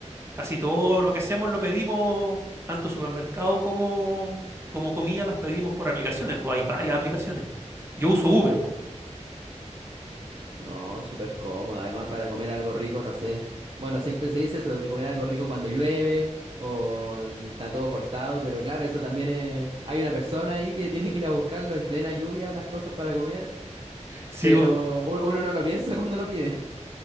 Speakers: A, on the right; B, on the right.
A: casi todo lo que hacemos lo pedimos, tanto supermercado como, como comida las pedimos por aplicaciones, pues hay varias aplicaciones. Yo uso Uber, ponte.
B: No, súper cómodo. Además, para comer algo rico, no sé. Bueno, siempre se dice eso de comer algo rico cuando llueve o está todo cortado, pero claro, eso también es... Hay una persona ahí que <laughs> tiene que ir a buscarlo en plena lluvia, las cosas para comer,
A: Sí,
B: pero
A: po,
B: u- uno no lo piensa <laughs> cuando lo pide.